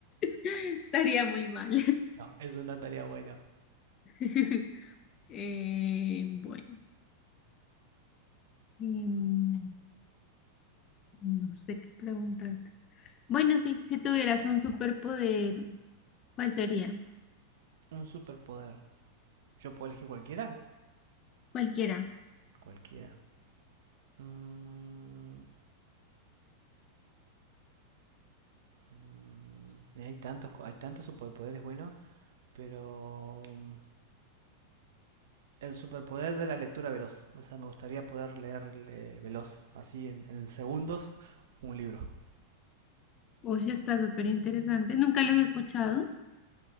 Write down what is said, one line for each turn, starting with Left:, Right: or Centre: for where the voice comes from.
Left: estaría muy mal.
Right: No, eso no estaría bueno.
Left: <laughs> Eh, bueno, em, no sé qué preguntarte. Bueno, sí, si tuvieras un superpoder, ¿cuál sería?
Right: Un superpoder. ¿Yo puedo elegir cualquiera?
Left: Cualquiera.
Right: Cualquiera. Mm, Mm, hay tantos, hay tantos superpoderes buenos, pero mm, el superpoder de la lectura veloz. O sea, me gustaría poder leer eh, veloz, así en, en segundos, un libro.
Left: Oye, está súper interesante. Nunca lo había escuchado.